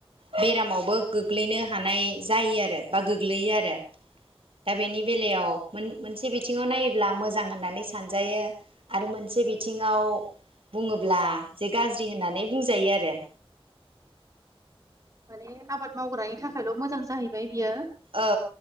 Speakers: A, on the right (about 70°); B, on the right (about 35°).
A: बेरामावबो गोग्लैनो हानाय जायो आरो बा गोग्लैयो आरो। दा बेनि बेलायाव मोन-मोनसे बिथिङाव नायोब्ला मोजां होननानै सानजायो आरो मोनसे बि बिथिङाव बुङो ब्ला जे गाज्रि होननानै बुंजायो आरो।
B: माने आबाद मावग्रानि थाखायल मोजां जाहैबाय बियो
A: औ